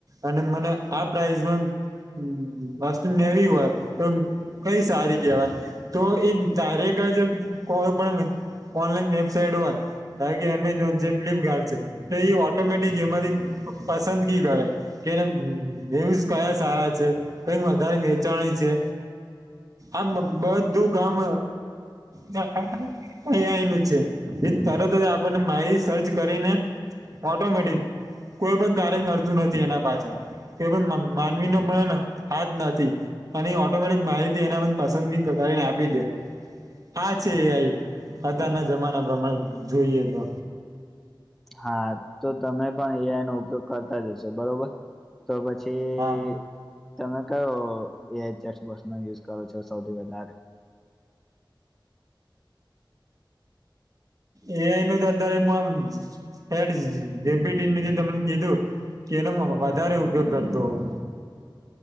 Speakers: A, on the right (about 45°); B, in the centre.
A: અને મને આ પ્રાઈઝમાં હમ વસ્તુ મેળવવી હોય, તો કઈ સારી કહેવાય? તો એ ડાયરેક્ટ જ કોય પણ ને ઓનલાઈન વેબસાઇટ હોય, કારકે એમેઝોન છે ફ્લિપકાર્ટ. તો એ ઓટોમેટિક એમાંથી પસંદગી કરે. કે એને ન્યૂઝ કયા સારા છે, કઈ વધારે વેચાણી છે. આ બધું કામ અ એ આઇ નુ છે, એ તરત જ આપને માહિતી સર્ચ કરીને. ઓટોમેટિક, કોઈ પણ કારણ નડતુ નથી એના પાછળ. માનવી ન પણેને હાથ નથી. અને ઓટોમેટિક માહિતી એના પસંદગી કરીને આપી દે. હા આ છે એ આઇ, અત્યારના જમાના પ્રમાણે જોઈએ તો.
B: હા તો તમે પણ એ એનો ઉપયોગ કરતા જ હશો બરોબર. તો પછી
A: હા
B: તમે કયો એ આઇ ચેટબોકસ નો યુઝ કરો છો સૌથી વધારે?
A: એ આઈ નું તો અત્યારે આ ચેટ જિ પી ટી તે મને કીધું. કેનો વધારે ઉપયોગ કરતો હોવ.